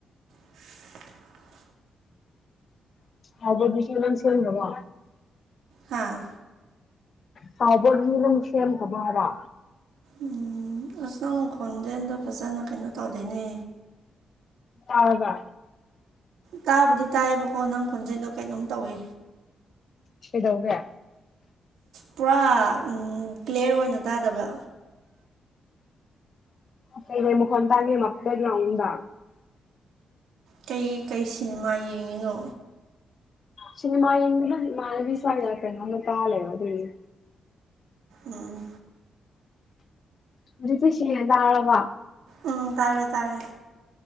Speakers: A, on the right; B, on the left.
A: <inaudible>
B: ꯍꯥꯎꯕꯔ ꯕꯤꯁꯤ ꯂꯣꯏ ꯁꯦꯝꯒꯔꯕꯣ
A: ꯍꯥꯥ
B: ꯆꯥꯎꯕ ꯒꯤ ꯅꯪ ꯁꯦꯝꯈ꯭ꯔꯥꯕꯣ ꯍꯥꯌꯕ
A: ꯎꯝ ꯑꯁ ꯅꯪ ꯈꯣꯟꯖꯦꯟꯗꯣ ꯐꯖꯅ ꯀꯩꯅꯣ ꯇꯧꯗꯦꯅꯦ
B: ꯇꯥꯔꯕꯥ
A: ꯇꯥꯕꯨꯗꯤ ꯇꯥꯏꯌꯦꯕꯀꯣ ꯅꯪ ꯈꯣꯟꯖꯦꯟꯗꯣ ꯀꯩꯅꯣꯝ ꯇꯧꯋꯦ
B: ꯀꯩꯗꯧꯒꯦ
A: ꯄꯨꯔꯥ ꯎꯝ ꯀ꯭ꯂꯦꯌꯔ ꯑꯣꯏꯅ ꯇꯥꯗꯕ
B: ꯀꯩ ꯀꯩ ꯃꯈꯣꯟ ꯇꯥꯒꯦ ꯕꯦꯛꯒꯥꯎꯟꯗ
A: ꯀꯩ ꯀꯩ ꯁꯤꯅꯤꯃꯥ ꯌꯦꯡꯉꯤꯅꯣ
B: ꯁꯤꯅꯤꯃꯥ ꯌꯦꯡꯗꯦꯗꯥ ꯏꯃꯥꯟꯅꯕꯤ ꯁꯨꯋꯥꯏꯗ ꯀꯩꯅꯣꯝꯃꯥ ꯇꯥ ꯂꯩꯔꯕꯥ ꯑꯗꯨꯒꯤ
A: ꯑꯥ
B: ꯍꯧꯖꯤꯛꯇꯤ ꯁꯦꯡꯅ ꯇꯥꯔꯕꯣ
A: ꯎꯝ ꯇꯥꯔꯦ ꯇꯥꯔꯦ